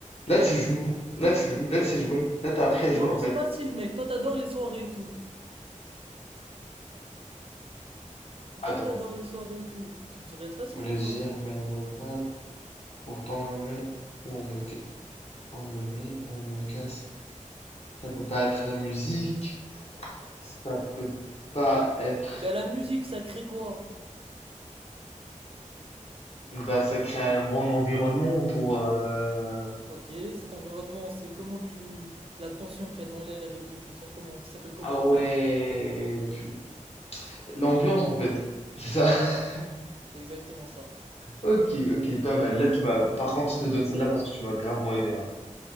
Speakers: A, on the left (about 50°); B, on the right (about 45°).
A: Là, tu joues, là, tu joues, là, tu sais jouer, là, t'as appris à
B: Non,
A: jouer en fait.
B: c'est facile, mec. Toi, t'adores les soirées et tout.
A: Attends.
B: Toi qui adores les soirées et tout, tu devrais être facile
A: Légère
B: pour toi.
A: mais abordable, pourtant on me met ou on me, ca- on me met ou on me casse. Ça peut pas être la musique, ça peut pas être.
B: Ben, la musique, ça crée quoi?
A: Bah, ça crée un bon environnement pour. euh,
B: Ok, cet environnement, c'est comment tu... La tension qu'il y a dans l'air et tout, tu le sens comment? Ça s'appelle comment?
A: Ah ouais, pu- l'ambiance en fait, c'est ça. <laughs>
B: C'est ça. C'est exactement ça.
A: Ok, ok, pas mal. Là, tu m'as. Par contre, je te donne celle-là parce que tu m'as gravement aidé. hein.